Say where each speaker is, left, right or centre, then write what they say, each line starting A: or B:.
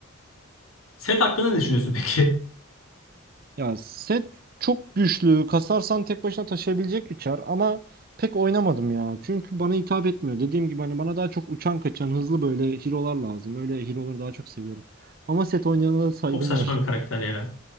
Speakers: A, on the left; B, on the right.
A: Set hakkında ne düşünüyorsun peki?
B: Ya set çok güçlü. Kasarsan tek başına taşıyabilecek bir çar ama pek oynamadım ya. Çünkü bana hitap etmiyor. Dediğim gibi hani bana daha çok uçan kaçan hızlı böyle hero'lar lazım. Öyle hero'ları daha çok seviyorum. Ama set oynayana
A: <laughs>
B: da saygım
A: Çok saçma
B: var.
A: bir karakter ya.